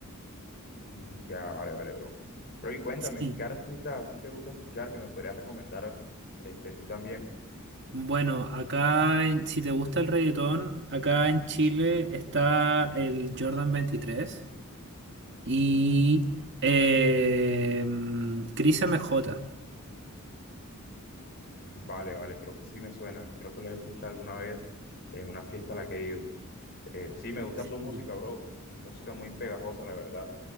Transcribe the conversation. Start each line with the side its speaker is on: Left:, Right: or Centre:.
Left: Mm, Ya, vale, vale, bro. Bro, y cuéntame,
Right: Sí.
Left: ¿qué artista así te gusta escuchar que me podrías recomendar este, tú también?
Right: Bueno, acá, en- si te gusta el reggaetón, acá en Chile está el Jordan veintitrés y eh, Cris MJ.
Left: Mm, Vale, vale, creo que sí me suena. Creo que lo he escuchado alguna vez en una fiesta a la que he ido. Eh, sí, me gusta
Right: Sí.
Left: su música, bro. Música muy pegajosa, la verdad.